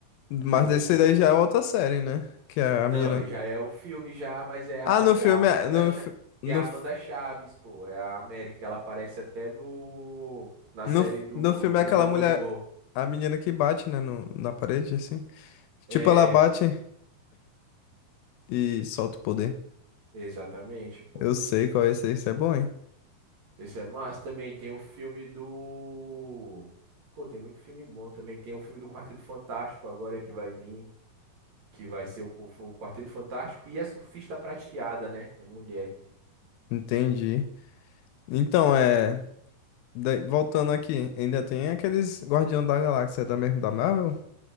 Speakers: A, on the left (about 85°); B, on the right (about 55°).
A: Mas
B: que o
A: desse daí já é outra série, né? Que é
B: Não,
A: a menina.
B: já é o filme já, mas é
A: Ah,
B: a
A: no
B: é
A: filme.
B: a
A: é-
B: Amanda
A: No,
B: Cha-
A: fi- no,
B: que é a Amanda
A: fi-
B: Chaves, pô, é a América, que ela aparece até no na
A: no,
B: série
A: fi-
B: do
A: no filme é aquela
B: do Demolidor.
A: mulher. A menina que bate, né? No, na parede, assim. Tipo,
B: É,
A: ela bate e solta o poder.
B: Exatamente, pô.
A: Eu sei qual é esse. Isso é bom, hein?
B: Esse é massa. Também tem o filme do. Pô, tem muito filme bom também. Tem o filme do Quarteto Fantástico agora que vai vir. Que vai ser o, cu- o Quarteto Fantástico. E a surfista prateada, né? É mulher.
A: Entendi. Então, é. da- Voltando aqui, ainda tem aqueles Guardião da Galáxia da mesmo da Marvel?